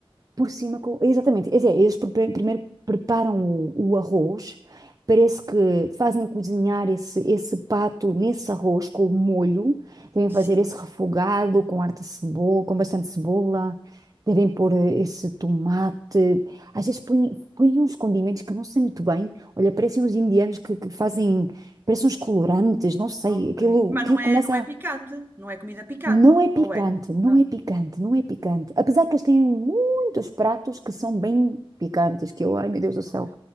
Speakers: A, on the right; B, on the right.
A: por cima com. Exatamente, é, eles pre- primeiro preparam o, o arroz, parece que fazem cozinhar esse, esse pato nesse arroz com o molho, devem fazer
B: Sim.
A: esse refogado com harta cebola, com bastante cebola, devem pôr eh, esse tomate, às vezes põem, põem uns condimentos que eu não sei muito bem, olha, parecem uns indianos que, que fazem, parecem uns colorantes, não sei,
B: Ok.
A: aquilo,
B: Mas
A: aquilo
B: não
A: começa
B: é, não é picante, não é comida picante,
A: não é picante,
B: ou é?
A: não
B: Não.
A: é picante, não é picante. Apesar que eles têm muitos pratos que são bem picantes, que eu, ai meu Deus do céu,
B: Ok.